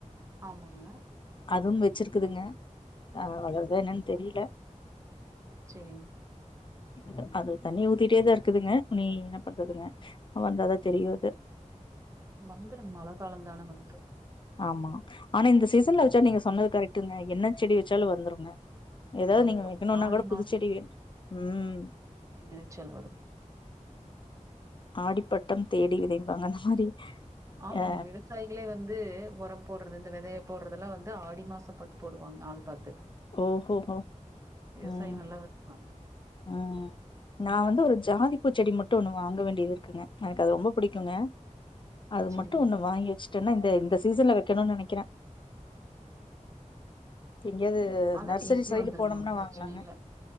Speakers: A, on the right; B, on the left.
A: ஆமாங்க
B: அதுவும் வெச்சிருக்குதுங்க ஆ வளருதா என்னன்னு தெரீல
A: செரிங்
B: அது அது தண்ணி ஊத்திட்டே தா இருக்குதுங்க உனீ என்ன பண்றதுங்க அவ வந்தாதா தெரியு அது
A: வந்துருங் மழ காலந்தான வந்துரு
B: ஆமா அனா இந்த சிசன்ல வெச்ச நீங்க சொன்னது கரெட்டுங்கா என்ன செடி வெச்சாலு வந்துருங்க எதாது
A: ஆமா
B: நீங்க வெக்கணுன்னா
A: ஆடி
B: கூட புதுச்செடி வெ ம்
A: என்னசொல் வரு
B: ஆடிப்பட்டம் தேடி விதைம்பாங்க அந்த மாரி
A: ஆமாங்க
B: அ
A: விசாயிகளே வந்து ஒரம் போடுறது இந்த வெதைய போடுறதுல்லா வந்து ஆடி மாசோ பத்து போடுவாங் நாள் பாத்து
B: ஓஹோஹோ
A: விவசாயோ
B: ம்
A: நல்லா வருவாங்க
B: ம் நா வந்து ஒரு ஜாதி பூ செடி மட்டு ஒண்ணு வாங்க வேண்டியது இருக்குங்க எனக்கு அது ரொம்ப புடிக்குங்க அது
A: செரிங்
B: மட்டு ஒண்ணு வாங்கி வெச்சு சன்னா இந்த இந்த சீசன்ல வெக்கணு நெனைக்கற எங்கேயாவது
A: அதலா
B: நர்சரி
A: ஈஸியா
B: சைடு
A: வந்துருங்க
B: போனோம்னா
A: பிரச்சனயில்ல
B: வாங்கலாங்க